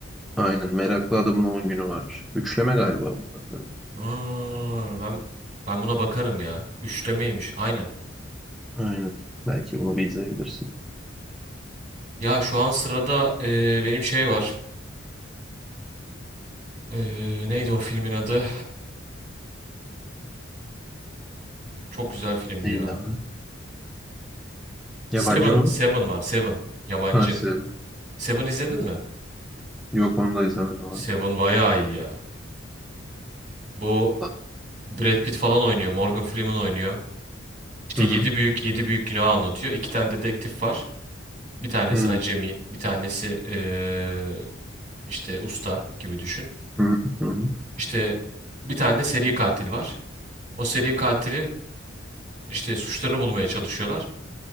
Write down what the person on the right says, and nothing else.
Ha, ben ben buna bakarım ya. Üçlemeymiş. Aynen.
Ya şu an sırada e, benim şey var. E, neydi o filmin adı? Çok güzel filmdi
ya.
Seven.
Seven var. Seven. Yabancı.
Seven izledin mi?
Seven bayağı iyi ya. Bu
Brad Pitt falan oynuyor. Morgan Freeman oynuyor. İşte
yedi
büyük yedi büyük günah anlatıyor. İki tane dedektif var. Bir tanesi
acemi, bir tanesi eee, işte usta gibi düşün.
İşte bir tane de seri katil var. O seri katilin işte suçlarını bulmaya çalışıyorlar.